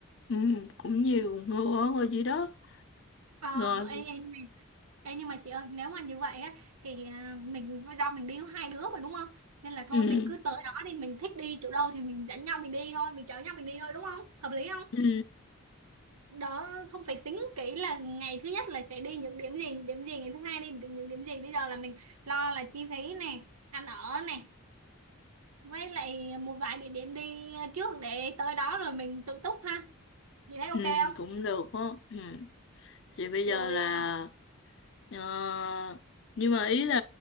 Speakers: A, on the left; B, on the right.
A: ừ, cũng nhiều ngựa rồi gì đó.
B: ờ
A: Rồi,
B: em, em Ê, nhưng mà chị ơi nếu mà như vậy á thì à, mình do mình đi có hai đứa mà đúng không nên là thôi
A: ừ,
B: mình cứ tới đó đi mình thích đi chỗ đâu thì mình dẫn nhau mình đi thôi mình chở nhau mình đi thôi đúng không hợp lý không
A: ừ,
B: đó không phải tính kỹ là ngày thứ nhất là sẽ đi những điểm gì những điểm gì ngày thứ hai đi những điểm gì bây giờ là mình lo là chi phí này, ăn ở này, với lại một vài địa điểm đi trước để tới đó rồi mình tự túc ha chị thấy ok
A: ừ,
B: không
A: cũng được đó. Ừ. Thì bây
B: rồi
A: giờ là,
B: à,
A: ờ, nhưng mà ý là